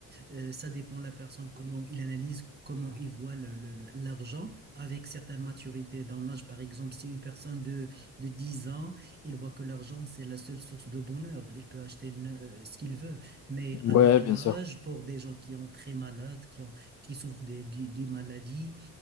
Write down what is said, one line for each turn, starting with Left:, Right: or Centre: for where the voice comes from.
Right: euh, ça dépend de la personne, comment il analyse, comment il voit le- le- le- l'argent avec certaines maturités dans l'âge. Par exemple, si une personne de, de 10 ans, il voit que l'argent, c'est la seule source de bonheur. Il peut acheter une- euh, ce qu'il veut. Mais
Left: Ouais,
Right: avec
Left: bien
Right: l'âge,
Left: sûr.
Right: pour des gens qui ont très malades, qui ont, qui souffrent des, des- des maladies,